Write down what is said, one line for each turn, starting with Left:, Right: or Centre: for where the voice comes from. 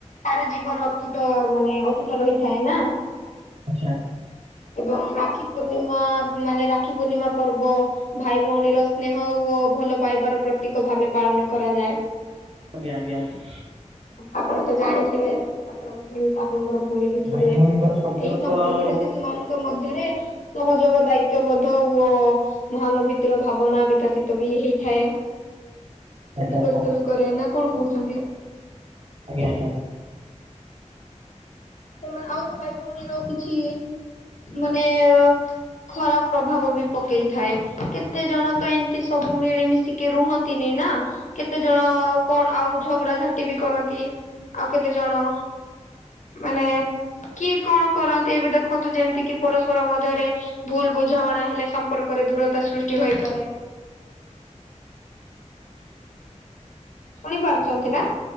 Left: ତାର ଜୀବନ ଅତୁଟ ମାନେ ଅତୁଟ ରହିଥାଏ ନା।
Right: ଆଚ୍ଛା।
Left: ଏବଂ ରାକ୍ଷୀ ପୂର୍ଣ୍ଣିମା ମାନେ ରାକ୍ଷୀ ପୂର୍ଣ୍ଣିମା ପର୍ବ ଭାଇ ଭଉଣୀର ସ୍ନେହ ଓ ଭଲ ପାଇବାର ପ୍ରତୀକ ଭାବେ ପାଳନ କରାଯାଏ।
Right: ଆଜ୍ଞ-ଆଜ୍ଞା ଅ
Left: ଆପଣ ତ ଜାଣିଥିବେ। ଆପଣ ଆପଣଙ୍କର ଭଉଣୀ ବି ଥିବେ।
Right: ଭାଇ ଭଉଣୀଙ୍କର ସମ୍ପର୍କ
Left: ଏଇ ସମ୍ପର୍କରେ
Right: ହଉ
Left: ଶିଶୁ ମାନଙ୍କ ମଧ୍ୟରେ ସହଯୋଗ ଦାୟିତବୋଧ ହୁଅ ମହାନଭୀତର ଭାବନା ବିକଶିତ ବି ହେଇଥାଏ।
Right: ଆଚ୍ଛା
Left: ବିକଶିତ
Right: ଆଚ୍ଛା
Left: ବି କରେ ନା କଣ କହୁଛନ୍ତି?
Right: ଆଜ୍ଞା-ଆଜ୍ଞା।
Left: ସେମାନେ ଆଉ ଭାଇ ଭଉଣୀର କିଛି ମାନେ ଖରାପ ପ୍ରଭାବ ବି ପକେଇଥାଏ କେତେ ଜଣ ତ ଏମତି ସବୁ ମିଳିମିଶିି ରୁହନ୍ତିନି ନା କେତେ ଜଣ କଣ ଆଉ ଝଗଡ଼ାଝାଣ୍ଟି ବି କରନ୍ତି। ଆଉ କେତେ ଜଣ ମାନେ କିଏ କଣ କରନ୍ତି ଏବେ ଦେଖନ୍ତୁ ଯେମିତି କିି ପରସ୍ପର ମଧ୍ୟରେ ଭୁଲ୍ ବୁଝାମଣା ହେଲେ ସମ୍ପର୍କରେ ଦୂରତା ସୃଷ୍ଟି ହେଇପାରେ। ଶୁଣି ପାରୁଛନ୍ତି ନା?